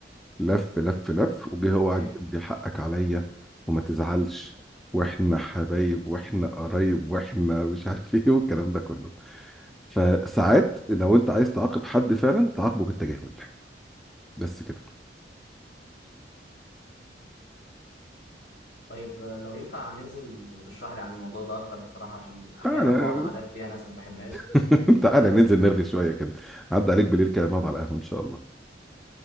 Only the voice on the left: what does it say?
ايه
طيب آه، لو ينفع ننزل وتشرح لي عن الموضوع ده اكتر بصراحه عشان احيانا
بعض عادات فيها ناس ما بحبهاش